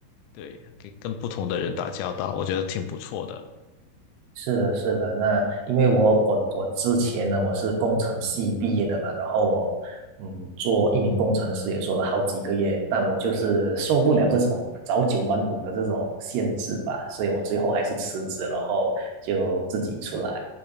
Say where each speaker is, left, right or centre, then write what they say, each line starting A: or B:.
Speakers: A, on the left; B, on the right.
A: 对，跟跟不同的人打交道，我觉得挺不错的。
B: 是的，是的。那因为我我我之前呢，我是工程系毕业的嘛，然后我嗯做一名工程师也做了好几个月，但我就是受不了这种早九晚五的这种限制吧，所以我最后还是辞职，然后就自己出来